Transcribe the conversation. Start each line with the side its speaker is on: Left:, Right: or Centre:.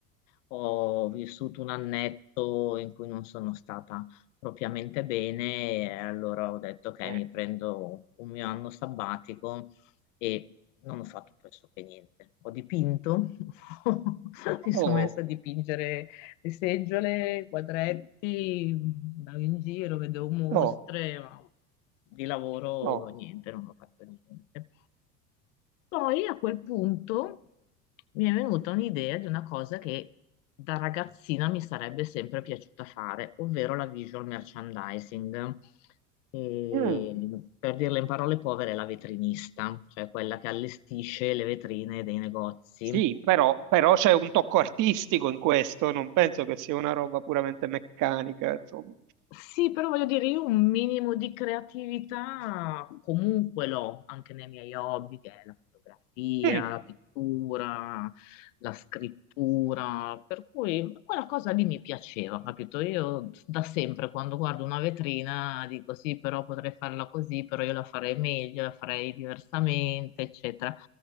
Left: ho vissuto un annetto in cui non sono stata propriamente bene, e allora ho detto ok,
Right: Eh,
Left: mi prendo un mio anno sabbatico e non ho fatto pressoché niente. Ho dipinto, <laughs> mi sono
Right: Oh,
Left: messa a dipingere le seggiole, i quadretti, andavo in giro, vedevo mostre,
Right: no,
Left: ma di lavoro
Right: no.
Left: niente, non ho fatto niente. Poi a quel punto mi è venuta un'idea di una cosa che da ragazzina mi sarebbe sempre piaciuta fare, ovvero la visual merchandising. E,
Right: Mm,
Left: per dirla in parole povere, la vetrinista, cioè quella che allestisce le vetrine dei negozi.
Right: Sì, però, però c'è un tocco artistico in questo, non penso che sia una roba puramente meccanica, insomma.
Left: Sì, però voglio dire, io un minimo di creatività comunque l'ho, anche nei miei hobby, che è la fotografia,
Right: Mm,
Left: la pittura, la scrittura, per cui quella cosa lì mi piaceva, capito? Io da sempre quando guardo una vetrina dico sì, però potrei farla così, però io la farei meglio, la farei diversamente, eccetera.